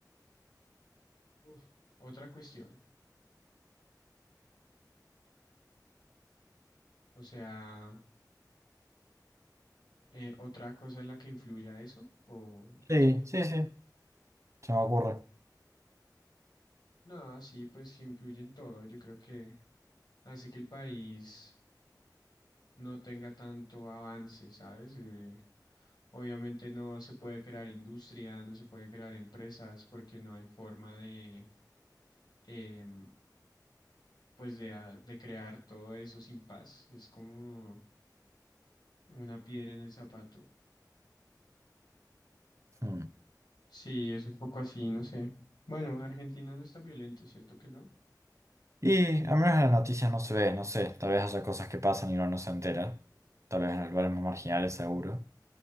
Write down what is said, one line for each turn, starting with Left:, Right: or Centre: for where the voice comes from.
Left: uf, otra cuestión, o sea... Eh, ¿otra cosa es la que influye a eso? ¿O
Right: Sí,
Left: que
Right: sí, sí, se me ocurre.
Left: Nada, sí, pues influye en todo. Yo creo que hace que el país no tenga tanto avance, ¿sabes? Eh, obviamente no se puede crear industria, no se pueden crear empresas porque no hay forma de, em, pues de, a- de crear todo eso sin paz. Es como una piedra en el zapato.
Right: Mm.
Left: Sí, es un poco así, no sé. Bueno, Argentina no es tan violento, ¿cierto que no?
Right: Y al menos en las noticias no se ve, no sé, tal vez haya cosas que pasan y uno no se entera. Tal vez en los lugares más marginales, seguro.